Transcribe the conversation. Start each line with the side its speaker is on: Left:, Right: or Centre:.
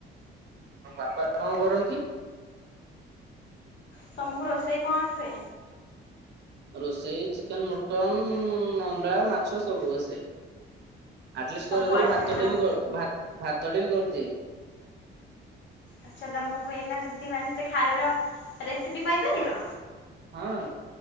Right: ଆଉ ବାପା କଣ କରନ୍ତି?
Left: ତମକୁ ରୋଷେଇ କଣ ଆସେ?
Right: ରୋଷେଇ ଚିକେନ, ମଟନ, ଅଣ୍ଡା, ମାଛ ସବୁ ଆସେ। ଆଟଲିଷ୍ଟ
Left: ସବୁ
Right: କରି କରି
Left: ଆସେ
Right: ଦେଲେ, ଭାତଟା
Left: ତମ
Right: ବି ହେଇଯିବ। ଭାତ-ଭାତଟେ ବି କରିଦିଏ।
Left: ଆଚ୍ଛା ତମକୁ ଏଇନା ଯଦି, ମାନେ ସେ ଖାଇବାର, ରେସିପି କହିପାରିବ?
Right: ହଁ